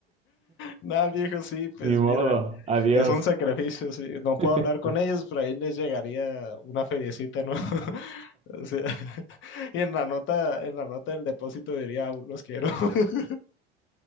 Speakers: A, on the left (about 40°); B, on the right (about 20°).
A: Nada, viejo, sí, pues
B: Ni modo,
A: mira,
B: adiós.
A: es un sacrificio, sí. No puedo
B: <laughs>
A: hablar con ellos, pero ahí les llegaría una feriecita, ¿no? <laughs> O sea, <laughs> y en la nota, en la nota del depósito diría, "Aún los quiero. <laughs>